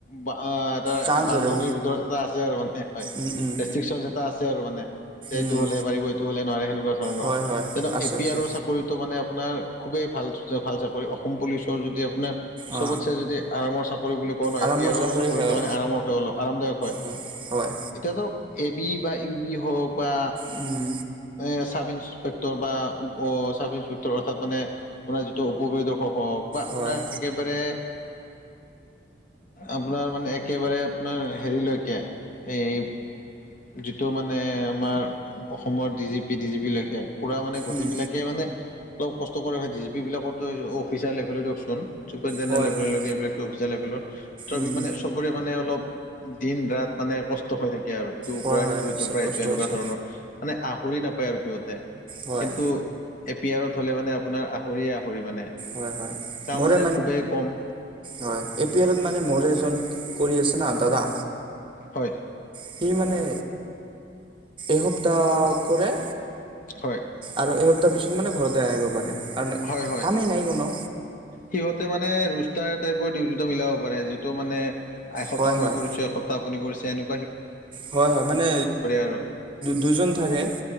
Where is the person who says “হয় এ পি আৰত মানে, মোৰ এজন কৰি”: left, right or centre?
Right